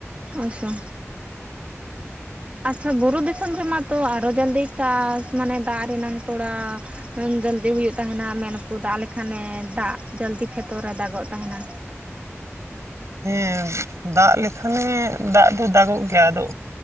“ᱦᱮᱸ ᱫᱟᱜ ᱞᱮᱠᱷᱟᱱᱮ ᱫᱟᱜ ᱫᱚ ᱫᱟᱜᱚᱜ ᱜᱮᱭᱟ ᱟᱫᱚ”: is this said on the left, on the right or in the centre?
Right